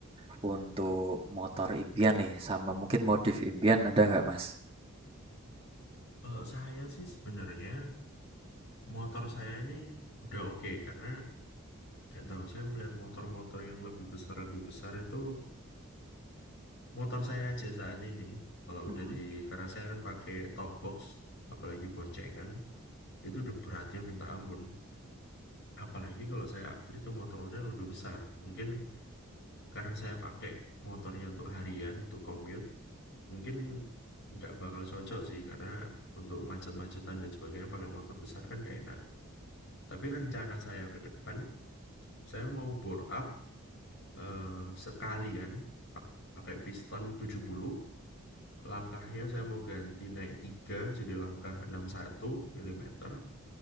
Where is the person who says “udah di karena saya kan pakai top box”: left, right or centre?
Left